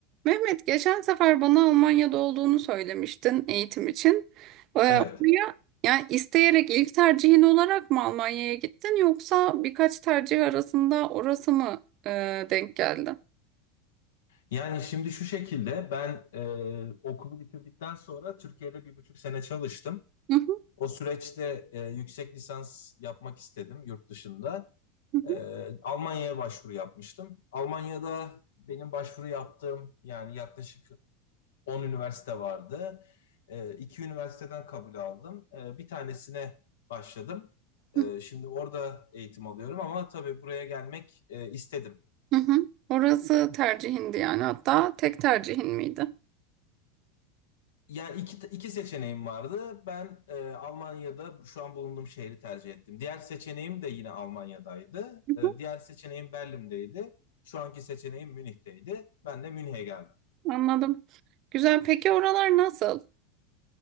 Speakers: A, on the right; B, on the left.
A: Mehmet geçen sefer bana Almanya'da olduğunu söylemiştin eğitim için. Ee, Oraya
B: Evet.
A: yani isteyerek ilk tercihin olarak mı Almanya'ya gittin yoksa birkaç tercih arasında orası mı e, denk geldi?
B: Yani şimdi şu şekilde ben e, okulu bitirdikten sonra Türkiye'de bir buçuk sene çalıştım.
A: Hı hı,
B: O süreçte e, yüksek lisans yapmak istedim yurt dışında.
A: hı
B: E, Almanya'ya başvuru yapmıştım. Almanya'da benim başvuru yaptığım yani yaklaşık 10 üniversite vardı. E, iki üniversiteden kabul aldım. E, bir tanesine başladım. E,
A: hı,
B: şimdi orada eğitim alıyorum ama tabii buraya gelmek e, istedim.
A: hı hı. Orası tercihindi yani hatta tek tercihin miydi?
B: Yani iki, iki seçeneğim vardı. Ben e, Almanya'da şu an bulunduğum şehri tercih ettim. Diğer seçeneğim de yine Almanya'daydı.
A: Hı
B: E, diğer seçeneğim Berlin'deydi. Şu anki seçeneğim Münih'teydi. Ben de Münih'e geldim.
A: hı, Anladım. Güzel. Peki oralar nasıl?